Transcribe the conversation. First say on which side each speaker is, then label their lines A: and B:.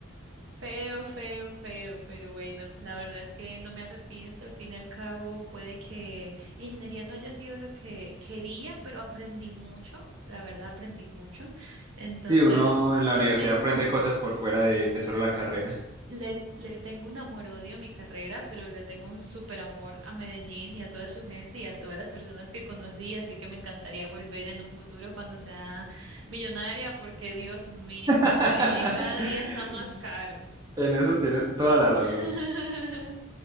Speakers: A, on the right (about 70°); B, on the right (about 20°).
A: Feo, feo, feo. Pero bueno, la verdad es que no me arrepiento. Al fin y al cabo, puede que ingeniería no haya sido lo que quería, pero aprendí mucho. La verdad, aprendí mucho. Entonces,
B: Y uno en la
A: le
B: universidad
A: tengo
B: aprende cosas por fuera de, de solo la carrera.
A: le, le tengo un amor-odio a mi carrera, pero le tengo un súper amor a Medellín y a toda su gente y a todas las personas que conocí, así que me encantaría volver en un futuro cuando sea millonaria, porque Dios mío,
B: <laughs>
A: Medellín cada día está más caro.
B: En eso tienes toda la razón.
A: <laughs>